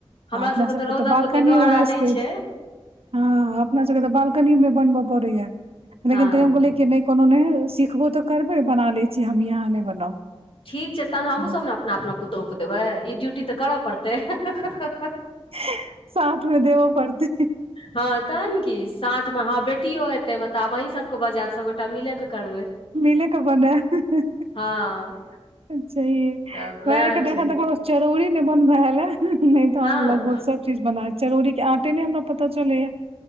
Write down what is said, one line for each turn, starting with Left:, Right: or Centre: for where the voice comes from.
Right: आ
Left: हमरा
Right: अपना
Left: सबके त रौदक
Right: तऽ बालकनी
Left: ओतेक द्वारा
Right: वाला
Left: नै
Right: स्पेस
Left: छै।
Right: हँ, अपना सबके त बालकनी मे बनब परैया, लेकिन
Left: हँ
Right: तैयो हम कहलियै कि नै कोनो नै, सिखबो तऽ करबै, बना लै छी हमहीं, अहाँ नै बनाउ।
Left: ठीक छै, तहन हमहुं
Right: त हम
Left: सब न अपना - अपना पुतहुके देबै, ई ड्यूटी त कर परतै, ह ह ह ह ह।।
Right: हं, सांठमे देबो परतै।
Left: हँ तहन की, सांठमे हँ बेटियो ऐतै, तब आब अहीं सबके बजाएब, सब गो टा मिलेक करबै,
Right: मिले के बनायब
Left: हँ।
Right: छैहे, हमरा
Left: तऽ वएह
Right: एखनि
Left: छै
Right: त तक चरौरी नै बनब ऐलए, हं-ह, नै त
Left: हँ
Right: हम लगभग सब चीज बना, चरौरीके आटे ने हमरा पता चलैया,